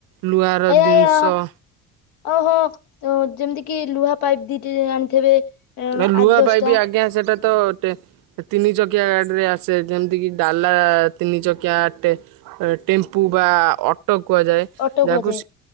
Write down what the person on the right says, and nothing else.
ଲୁହାର
ଜିନିଷ
ଆଉ ଲୁହା
ପାଇପି ଆଜ୍ଞା ସେଟା ତ ଟେ ତିନି ଚକିଆ ଗାଡିରେ ଆସେ ଯେମିତି କିି ଡାଲା ତିନି ଚକିଆ ଆଟେ ଟେମ୍ପୁ ବା ଅଟୋ କୁହାଯାଏ
ଯାହାକୁ